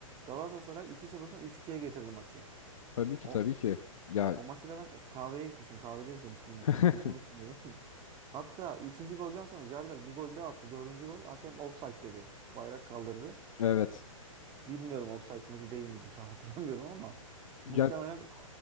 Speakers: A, on the right; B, on the left.
A: Galatasaray iki sıfırdan 3-2'ye getirdi maçı.
B: Tabii ki
A: O,
B: tabii ki. Ya
A: o maçı da ben e, kahveye gitmiştim. Kahvede izlemiştim maçı.
B: <laughs>
A: Hiç unutmuyorum. <laughs> Hatta üçüncü golden sonra Jardel bir gol daha attı. Dördüncü gol. Hakem offside dedi. Bayrak kaldırdı.
B: evet.
A: Bilmiyorum offside mıydı değil miydi şu an <laughs> hatırlamıyorum ama muhtemelen
B: Ya